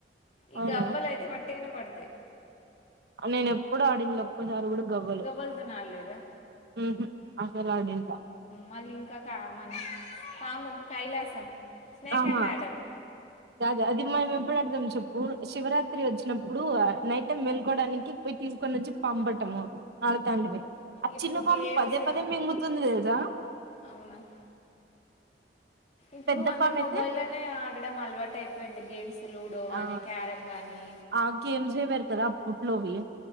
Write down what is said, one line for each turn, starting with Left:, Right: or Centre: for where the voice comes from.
Left: ఈ
Right: అవునా
Left: గవ్వలు అయితే పట్ అంత
Right: నేను ఎప్పుడు ఆడిన ఒక్కసారి కూడా గవ్వలు
Left: గవ్వలుతో నాాడలేదా
Right: ఉహు అసలు ఆడిండ్ల
Left: మళ్ళీ ఇంకా కా మన పాము కైలాసం స్నేక్
Right: ఆహా
Left: అండ్ యాడర్
Right: అద అది మ చెప్పు ఆడతాం చెప్పు శివరాత్రి వచ్చినప్పుడు నైట్ టైం వెలుకోవడానికి పోయి తీసుకొని వచ్చి పంపటము ఆల తండపై ఆ
Left: ఇప్పుడు
Right: చిన్న పాము
Left: గేమ్స్
Right: పదే పదే మింగుతుంది తెలుసా
Left: అవునా ఇప్పుడు
Right: పెద్ద
Left: అందరు
Right: పాము అయితే
Left: మొబైల్లోనే ఆడడం అలవాటు అయిపోయింది గేమ్స్ లూడో గానీ
Right: ఆ
Left: క్యారమ్ గానీ
Right: ఆ గేమ్స్ే పెరుతుదా ఉట్లో భయ